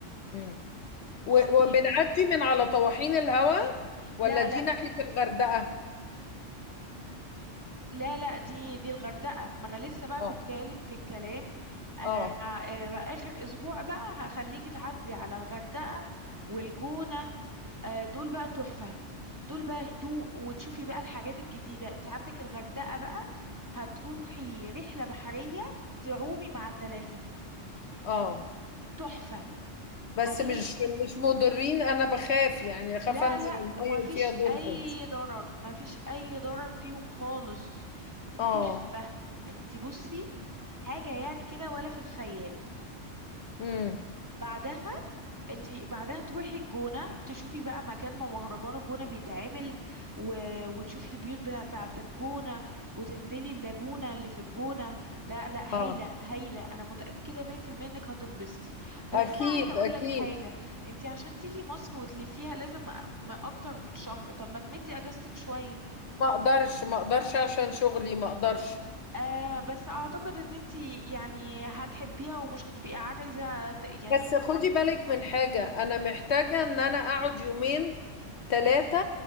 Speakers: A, on the left; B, on the right.
A: مم. و-
B: خطيرة
A: وبنعدي من على طواحين الهواء ولا
B: لا
A: دي
B: لا
A: ناحية الغردقة
B: لا لا دي دي الغردقة ما انا لسه بقى
A: اه
B: كنت جايلك في الكلام انا
A: اه
B: آه، بقى اخر اسبوع بقى هخليكي تعدي على الغردقة والجونة آه، دول بقى تحفة دول بقى هدوء وتشوفي بقى الحاجات الجديدة انت عندك الغردقة بقى هتروحي رحلة بحرية تعومي مع الدلافين
A: اه
B: تحفة
A: بس
B: هتحسي
A: مش مش مضرين انا بخاف يعني اخاف
B: لا
A: انزل
B: لا
A: المية
B: ما فيش
A: وفيها دولفينز
B: اي ضرر ما فيش اي ضرر فيهم خالص دي
A: اه
B: تحفة انتي بصي حاجة يعني كده ولا في الخيال
A: امم
B: بعدها انتي بعدها تروحي الجونة تشوفي بقى مكان ما مهرجان الجونة بيتعمل و... وتشوفي البيوت بتاعة الجونة وتنزلي اللاجونة اللي في الجونة لا لا
A: اه
B: هايلة هايلة انا متأكدة 100% انك هتنبسطي بس
A: اكيد
B: انا عايزة اقول
A: اكيد
B: لك حاجة انتي عشان تيجي مصر وتلفيها لازم أ- م- اكتر من شهر طب ما تمدي اجازتك شوية
A: ما اقدرش ما اقدرش عشان شغلي ما اقدرش
B: آه بس اعتقد ان انتي يعني هتحبيها ومش هتبقي عايزة ت- يعني
A: بس خدي بالك من حاجة انا محتاجة ان انا اقعد يومين ثلاثة